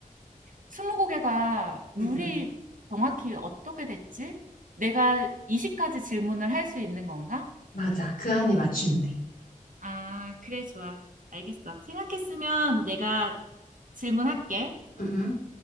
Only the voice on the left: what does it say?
응, 응.
맞아. 그 안에 맞추면 돼.
응, 응.